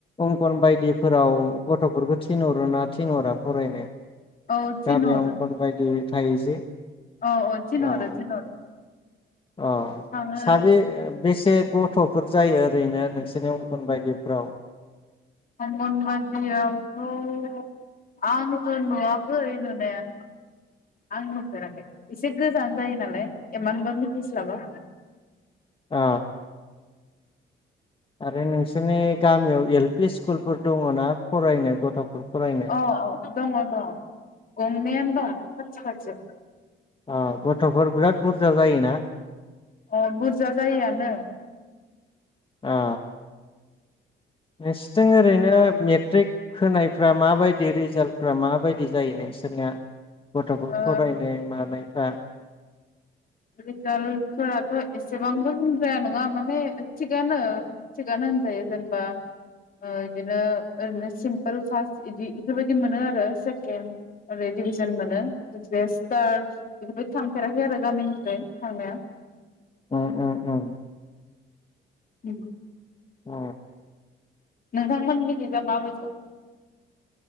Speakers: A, on the left; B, on the left.
A: अंकन बायदिफोराव गथ'फोरखौ थिनहरो ना थिनहरा फरायनो
B: औ थिनहरो
A: गामियाव‌ अंखनबायदि थायो जे
B: औ औ थिनहरो
A: अ
B: थिनहरो
A: अ
B: थाङो
A: साबे बेसे गथ'फोर जायो ओरैनो नोंसोरनि अंगन बायदिफ्राव
B: अंगनबादियावथ' आंथ नुवाखै नुनाया आं नुफेराखै एसे गोजान जायो नालाय एमानबो मिथिस्लाबा
A: अ आरो नोंसोरनि गामियाव एल फि स्कुलफोर दङ ना फरायनो गथ'फोर फरायनो
B: अ अ दङ दङ गंनैयानो दं खाथि खाथि
A: अ गथ'फोर बिराद बुरजा जायोना
B: अ बुरजा जायोआनो
A: ओ नोंसोरथिं ओरैनो मे मेट्रिक होनायफ्रा माबायदि रिजाल्टफ्रा माबायदि जायो नोंसोरनिया गथ'फोर
B: ओ
A: फरायनाय मानायफा <inaudible>
B: रिजाल्टफोराथ' एसेबांबो होनजाया नङा माने थिगानो थिगानो होनजायो जेनेबा ओ बिदिनो ओरैनो सिम्पोल फार्स्ट इदि इफोरबायदि मोनो आरो सेकेन्ड ओरै डिभिजन मोनो स्टार बेफोर बायदि थांफेराखै आरो गामिनि फ्राय‌ <unintelligible>
A: ओ ओ ओ
B: उम
A: अ
B: नोंथांमोननि खैजा मा बायसा‌